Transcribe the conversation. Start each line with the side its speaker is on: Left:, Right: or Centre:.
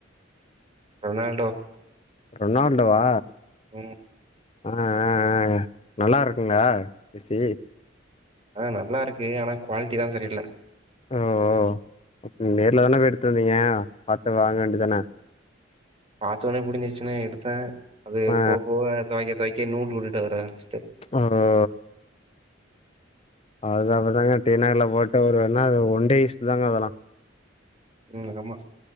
Right: ரொனால்டோ
Left: ரொனால்டோவா
Right: ம்
Left: ஆ ஆ ஆ நல்லா இருக்குங்களா ஜெஸ்சி
Right: ஆ நல்லா இருக்கு ஆனா குவாலாட்டி தா சரியில்ல
Left: ஓ ஓ நேர்ல தானே போய் எடுத்து வந்தீங்க பாத்து வாங்க வேண்டிதானே
Right: பாத்த ஒட்னே புடிஞ்சிருச்சுன்னு எடுத்தே அது
Left: ஆ
Right: போக போக தொவைக்க தொவைக் கே நூல் வுட்டுட்டு வர ஆரம்ச்சிட்டு
Left: ஆரோ அது அப்டிதாங்க டீ நகர்ல போட்டு ஒரு ஒன்னா அது ஒன்டேயூஸ் தாங்க வரு
Right: ம் ஆமா